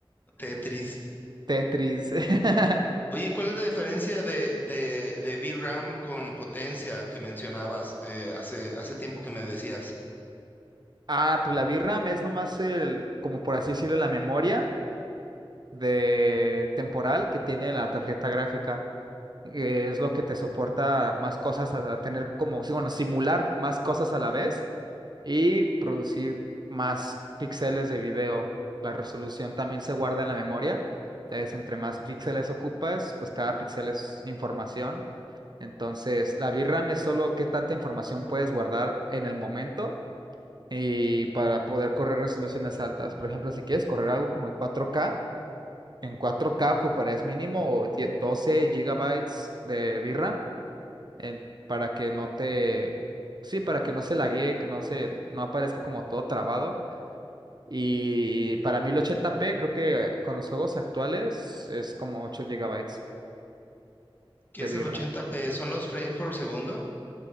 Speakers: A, on the left; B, on the right.
A: Tetris.
B: Tetris. <laughs>
A: Oye, ¿y ¿cuál es la diferencia de, de, de VRAM con potencia que mencionabas eh, hace, hace tiempo que me decías?
B: Ah, pues la VRAM es nomás el, como por así decirlo, la memoria de temporal que tiene la tarjeta gráfica. eh, Es lo que te soporta más cosas a a tener como, sí, bueno, simular más cosas a la vez y producir más píxeles de video. La resolución también se guarda en la memoria. Entonces, entre más píxeles ocupas, pues cada píxel es información. Entonces, la VRAM es solo qué tanta información puedes guardar en el momento y para poder correr resoluciones altas. Por ejemplo, si quieres correr algo como en 4K, en 4K ocuparías mínimo die- 12 gigabytes de VRAM en- para que no te, sí, para que no se laguee, que no se, no aparezca como todo trabado. Y para 1080p, creo que con los juegos actuales es como 8 gigabytes
A: ¿Qué
B: de
A: es
B: VRAM.
A: el ochenta p ¿Son los frames por segundo?